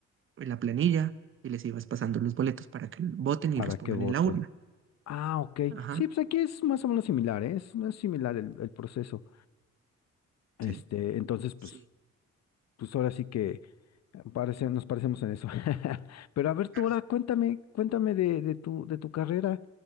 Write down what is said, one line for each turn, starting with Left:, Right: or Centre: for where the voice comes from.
Right: en la planilla y les ibas pasando los boletos para que voten
Left: Para
Right: y los pongan
Left: que voten.
Right: en la urna.
Left: Ah, ok.
Right: Ajá,
Left: Sí, pues aquí es más o menos similar, ¿eh? Es, es similar el, el proceso. Este,
Right: sí,
Left: entonces, pues.
Right: sí,
Left: pues ahora sí que parece- nos parecemos en eso. <laughs> Pero a ver, tú
Right: claro.
Left: ahora cuéntame, cuéntame de, de tu, de tu carrera